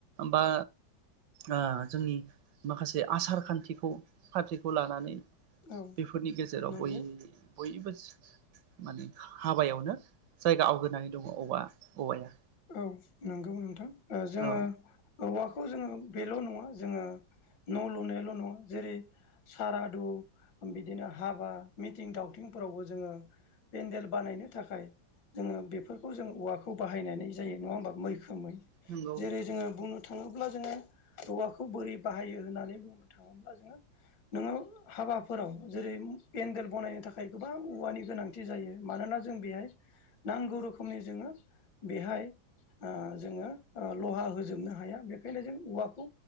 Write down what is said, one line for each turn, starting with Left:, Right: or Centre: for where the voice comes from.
Right: बा आ जोंनि माखासे आसार खान्थिखौ पार्टिखौ लानानै
Left: औ
Right: बेफोरनि गेजेराव
Left: नंगौ
Right: बय बयबो माने हाबायावनो जायगा आवग्रिनानै दङ औवा -औवाया।
Left: औ नंगौ नोंथां ओ जोङो
Right: औ
Left: औवाखौ जोङो बेल नङा जोङो न लुनायल नङा जेरै, सारादु, बिदिनो हाबा, मिथिं दावथिंफोरावबो जोङो पेन्देल बानायनो थाखाय जोङो बेफोरखौ जों औवाखौ बाहायनानै जायो नङा होमबा मैखोमै
Right: नंगौ
Left: जेरै जोङो बुंनो बुंनो थाङोब्ला जोङो औवाखौ बोरै बाहायो होननानै बुंनो थाङोब्ला जोङो नोङो हाबाफोराव जेरै, पेन्देल बानायनो थाखाय गोबां औवानि गोनां जायो। मानोना जों बेहाय नांगौ रोखोमनि जोङो बेहाय जोङो लहा होजोबनो हाया बेखायनो जों औवाखौ